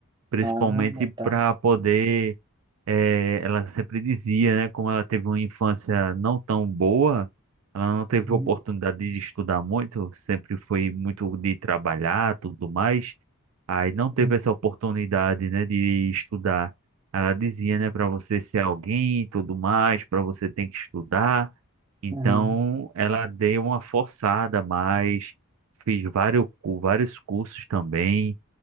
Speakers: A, on the right; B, on the right.
A: principalmente
B: Ah, tá.
A: para poder. eh, ela sempre dizia, né? Como ela teve uma infância não tão boa, ela não teve
B: Uhum,
A: oportunidade de estudar muito, sempre foi muito de trabalhar, tudo mais. Aí não teve
B: uhum,
A: essa oportunidade, né, de estudar. Ela dizia, né, para você ser alguém, e tudo mais, para você tem que estudar. Então,
B: uhum.
A: ela deu uma forçada, a mais fiz vários, cu- vários cursos também.